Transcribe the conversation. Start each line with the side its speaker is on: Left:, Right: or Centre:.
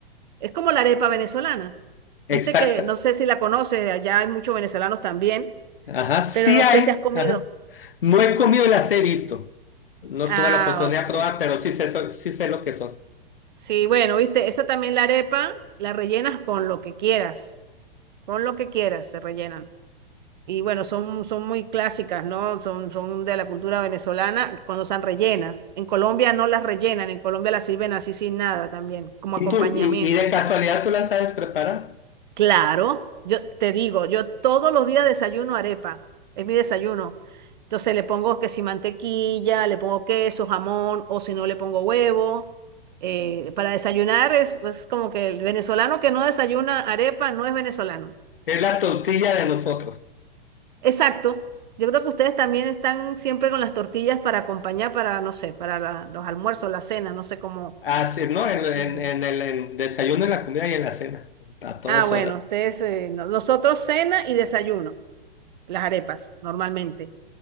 Right: Es como la arepa venezolana.
Left: exacta.
Right: Viste que no sé si la conoces, allá hay muchos venezolanos también,
Left: Ajá, sí
Right: pero no
Left: hay.
Right: sé si has comido.
Left: Ajá. No he comido, las he visto. No
Right: Ah,
Left: tuve la oportunidad
Right: ok.
Left: de probar, pero sí sé, so- sí sé lo que son.
Right: Sí, bueno, viste, esa también la arepa la rellenas con lo que quieras. Pon lo que quieras, se rellenan. Y bueno, son, son muy clásicas, ¿no? Son, son de la cultura venezolana cuando están rellenas. En Colombia no las rellenan, en Colombia las sirven así sin nada también, como
Left: ¿Y
Right: acompañamiento.
Left: tú, y, y de casualidad tú las sabes preparar?
Right: Claro, yo te digo, yo todos los días desayuno arepa, es mi desayuno. Entonces le pongo que si mantequilla, le pongo queso, jamón, o si no le pongo huevo. Eh, para desayunar es, es como que el venezolano que no desayuna arepa no es venezolano.
Left: Es la tortilla de nosotros.
Right: Exacto. Yo creo que ustedes también están siempre con las tortillas para acompañar, para, no sé, para la- los almuerzos, la cena, no sé cómo.
Left: Así, ¿no? En, en,
Right: cómo se
Left: en el en desayuno, en la comida y en la cena. A todas
Right: Ah, bueno,
Left: horas.
Right: ustedes, eh, no- nosotros cena y desayuno, las arepas, normalmente.